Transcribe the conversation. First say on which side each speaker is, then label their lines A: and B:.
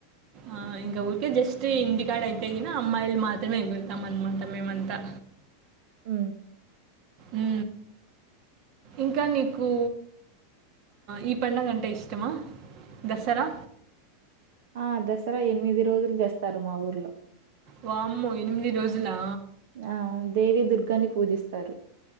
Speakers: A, on the right; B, on the right.
A: ఆ ఇంకా ఊరికే జస్ట్ ఇంటికాడ అయితే కిన అమ్మాయిలు మాత్రమే ఎగురుతాం అన్నమాట మేమంతా
B: ఊ
A: ఊ ఇంకా నీకు ఈ పండుగ అంటే ఇష్టమా దసరా
B: ఆ దసరా ఎనిమిది రోజులు చేస్తారు మా ఊర్లో
A: వామ్మో ఎనిమిది రోజులా
B: ఆ దేవి దుర్గాని పూజిస్తారు